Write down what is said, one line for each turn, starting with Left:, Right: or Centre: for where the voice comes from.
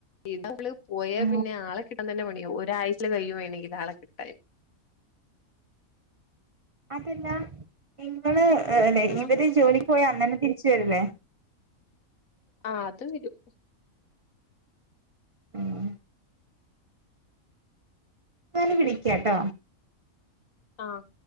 Left: ഇത് നമ്മള് പോയാൽ
Right: ആ
Left: പിന്നെ ആളെ കിട്ടാൻ തന്നെ പണിയോ ഒരാഴ്ചൽ കഴിയ വേണമെങ്കിൽ ആളെ കിട്ടാൻ.
Right: അതല്ല നിങ്ങള്ല്ലെ
Left: ആഹ്
Right: ഇവര് ജോലിക്ക് പോയാൽ അന്നന്നെ തിരിച്ച് വരില്ലേ.
Left: ആഹ് അത് വരും
Right: ഉം ഞൻ വിളിക്കാട്ടോ
Left: ആഹ്